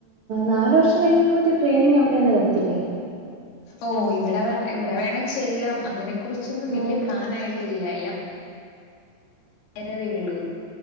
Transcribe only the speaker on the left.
ഓ ഇവിടെ വേണേ ഇവിടെ വേണെ ചെയ്യാം അതിനെ കുുറിച്ച് ഇതൊന്നും
വലിയ പ്ലാൻ ആയിട്ടില്ല എല്ലാം തേള്ളു